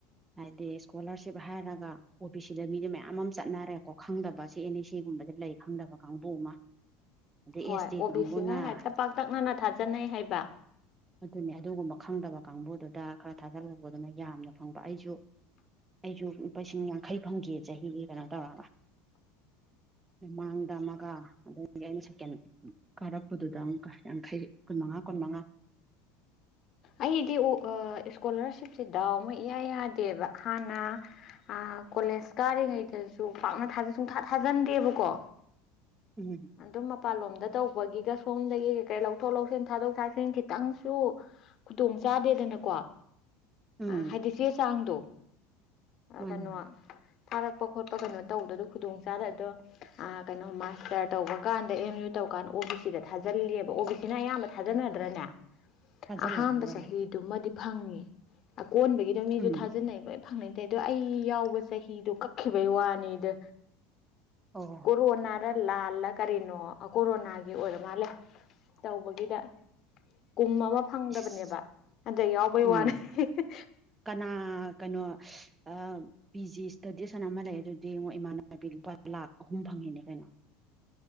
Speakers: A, on the right (about 20°); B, on the left (about 45°).
A: ꯍꯥꯏꯗꯤ ꯏꯁꯀꯣꯂꯥꯔꯁꯤꯞ ꯍꯥꯏꯔꯒ ꯑꯣ ꯕꯤ ꯁꯤꯗ ꯃꯤꯗꯨ ꯃꯌꯥꯝ ꯑꯃ ꯆꯠꯅꯔꯦꯀꯣ ꯈꯪꯗꯕ ꯑꯦꯟ ꯢ ꯁꯤꯒꯨꯝꯕꯗ ꯂꯩ ꯈꯪꯗꯕ ꯀꯥꯡꯕꯨ ꯑꯃ ꯑꯗꯩ
B: ꯍꯣꯏ
A: ꯑꯦꯁ
B: ꯑꯣ
A: ꯇꯤ ꯀꯥꯡꯕꯨꯅ
B: ꯕꯤ ꯁꯤꯅ ꯍꯦꯛꯇ ꯄꯥꯛꯇꯛꯅꯅ ꯊꯥꯖꯟꯅꯩ ꯍꯥꯏꯕ
A: ꯑꯗꯨꯅꯤ ꯑꯗꯨꯒꯨꯝꯕ ꯈꯪꯗꯕ ꯀꯥꯡꯕꯨꯗꯨꯗ ꯈꯔ ꯊꯥꯖꯜꯂꯛꯄꯗꯨꯅ ꯌꯥꯝꯅ ꯐꯪꯕ ꯑꯩꯁꯨ ꯑꯩꯁꯨ ꯂꯨꯄꯥ ꯂꯤꯁꯤꯡ ꯌꯥꯡꯈꯩ ꯐꯪꯒꯤ ꯆꯍꯤꯒꯤ ꯀꯩꯅꯣ ꯇꯧꯔꯒ ꯃꯥꯡꯗ ꯑꯃꯒ ꯑꯗꯨꯗꯒꯤ ꯑꯩꯅ ꯁꯦꯛꯀꯦꯟ ꯀꯥꯔꯛꯄꯗꯨꯗ ꯑꯃꯨꯛꯀ ꯌꯥꯡꯈꯩ ꯀꯨꯟꯃꯉꯥ ꯀꯨꯟꯃꯉꯥ
B: ꯑꯩꯗꯤ <unintelligible> ꯏꯁꯀꯣꯂꯥꯔꯁꯤꯞꯁꯤ ꯗꯥꯎ ꯑꯃ ꯏꯌꯥ ꯌꯥꯗꯦꯕ ꯍꯥꯟꯅ ꯑ ꯀꯣꯂꯦꯖ ꯀꯥꯔꯤꯉꯩꯗꯁꯨ ꯄꯥꯛꯅꯥ ꯊꯥꯖꯟꯅꯩ ꯁꯨꯛꯊꯥ ꯊꯥꯖꯟꯗꯦꯕꯀꯣ
A: ꯎꯝ
B: ꯑꯗꯨꯝ ꯃꯄꯥꯟꯂꯣꯝꯗ ꯇꯧꯕꯒꯤꯒ ꯁꯣꯝꯗꯒꯤ ꯀꯩ ꯀꯩ ꯂꯧꯊꯣꯛ ꯂꯧꯁꯤꯟ ꯊꯥꯗꯣꯛ ꯊꯥꯖꯤꯟ ꯈꯤꯇꯪꯁꯨ ꯈꯨꯗꯣꯡ ꯆꯥꯗꯦꯗꯅꯀꯣ
A: ꯎꯝ
B: ꯍꯥꯏꯗꯤ ꯆꯦ ꯆꯥꯡꯗꯣ
A: ꯃꯥꯅꯤ
B: ꯀꯩꯅꯣ
A: ꯃꯥꯅꯤ
B: ꯊꯥꯔꯛꯄ ꯈꯣꯠꯄ ꯀꯩꯅꯣ ꯇꯧꯕꯗꯨ ꯑꯗꯨ ꯈꯨꯗꯣꯡ ꯆꯗꯕꯗꯣ ꯑ ꯀꯩꯅꯣ ꯃꯥꯁꯇꯔ ꯇꯧꯕ ꯀꯥꯟꯗ ꯑꯦꯝ ꯌꯨ ꯇꯧ ꯀꯥꯟꯗ ꯑꯣ ꯕꯤ ꯁꯤꯗ ꯊꯥꯖꯤꯜꯂꯦꯕ ꯑꯣ ꯕꯤ ꯁꯤ ꯁꯤꯅ ꯑꯌꯥꯝꯕ ꯊꯥꯖꯟꯅꯗ꯭ꯔꯅꯦ
A: ꯊꯥꯖꯜꯂꯦ
B: ꯑꯍꯥꯝꯕ
A: ꯊꯥꯖꯜꯂꯦ
B: ꯆꯍꯤꯗꯨꯃꯗꯤ ꯐꯪꯉꯤ ꯑꯀꯣꯟꯕꯒꯤꯗ ꯃꯤꯖꯨ
A: ꯎꯝ
B: ꯊꯥꯖꯟꯅꯩ ꯐꯪꯅꯩꯗꯦ ꯑꯗꯣ ꯑꯩ ꯌꯥꯎꯕ ꯆꯍꯤꯗꯣ ꯀꯛꯈꯤꯕꯩ ꯋꯥꯅꯤꯗ
A: ꯑꯣ
B: ꯀꯣꯔꯣꯅꯥꯗ ꯂꯥꯜꯂ ꯀꯔꯤꯅꯣ ꯑꯥ ꯀꯣꯔꯣꯅꯥꯒꯤ ꯑꯣꯏꯔ ꯃꯥꯜꯂꯦ ꯇꯧꯕꯒꯤꯗ ꯀꯨꯝ ꯑꯃ ꯐꯪꯗꯕꯅꯦꯕ
A: ꯏꯁ
B: ꯑꯗ ꯌꯥꯎꯕꯩ
A: ꯎꯝ
B: ꯋꯥꯅꯤ <unintelligible>
A: ꯀꯅꯥ ꯀꯩꯅꯣ ꯑꯥ ꯄꯤ ꯖꯤ ꯏꯁꯇꯗꯤꯁ ꯍꯥꯏꯅ ꯑꯃ ꯂꯩ ꯑꯗꯨꯗꯤ ꯃꯣꯏ ꯏꯃꯥꯟꯅꯕꯤ ꯂꯨꯄꯥ ꯂꯥꯛ ꯑꯍꯨꯝ ꯐꯪꯉꯤꯅꯦ ꯀꯩꯅꯣ